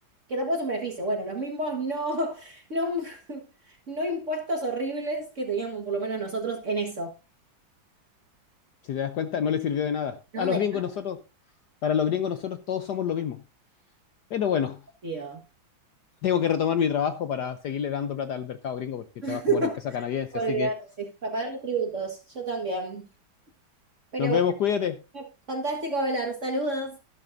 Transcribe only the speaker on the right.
Que tampoco es un beneficio, bueno, los mismos no, no, <laughs> no impuestos horribles que teníamos por lo menos nosotros en eso.
No,
de
nada,
tío.
<laughs>
Olvídate,
sí. Para pagar los tributos, yo también. Pero
bueno,
fantástico hablar. Saludos.